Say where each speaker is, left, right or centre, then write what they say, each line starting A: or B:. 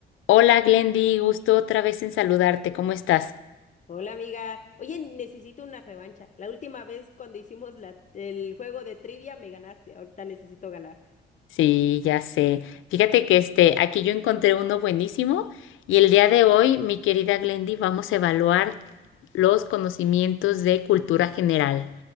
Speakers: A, on the left (about 80°); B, on the left (about 40°).
A: Hola Glendy, gusto otra vez en saludarte. ¿Cómo estás?
B: Hola amiga, oye, necesito una revancha. La última vez cuando hicimos la- el juego de trivia me ganaste, ahorita necesito ganar.
A: Sí, ya sé. Fíjate que este, aquí yo encontré uno buenísimo y el día de hoy, mi querida Glendy, vamos a evaluar los conocimientos de cultura general.